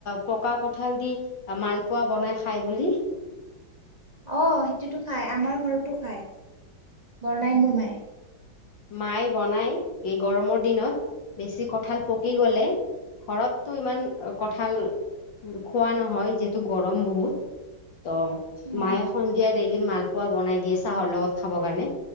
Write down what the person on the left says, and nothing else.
পকা কঠাল দি মালপোৱা বনাই খায় বুলি?
মাই বনাই। এই গৰমৰ দিনত? বেছি কঁঠাল, পকি গলে ঘৰত, টো ইমান কঠাল খোৱা নহয় যিহেতু গৰম বহুত। ত,
মায়ে সন্ধিয়া ডেইলিন মালপু, খোৱা বনাই দিয়ে, চাহৰ লগত খাবৰ কাৰণে।